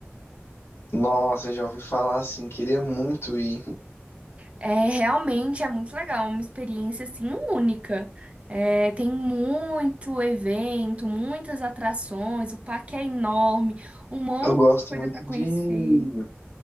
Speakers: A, on the left (about 65°); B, on the right (about 30°).
A: Nossa, eu já ouvi falar assim, queria muito ir.
B: É, realmente é muito legal, é uma experiência, assim, única. É, tem muito evento, muitas atrações, o parque é enorme, um monte
A: Eu gosto
B: de coisa
A: muito
B: pra conhecer.
A: de,